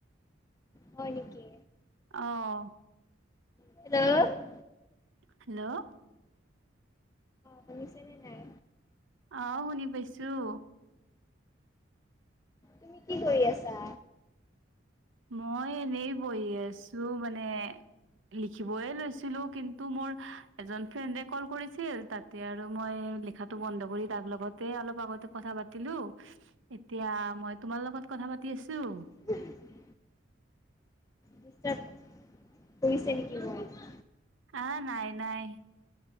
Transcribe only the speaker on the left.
হয় নেকি
হেল্ল'
শুনিছেনে নাই
তুমি কি কৰি আছা?
<unintelligible> দুতেপ কৰিছে নেকি ৱাইফ।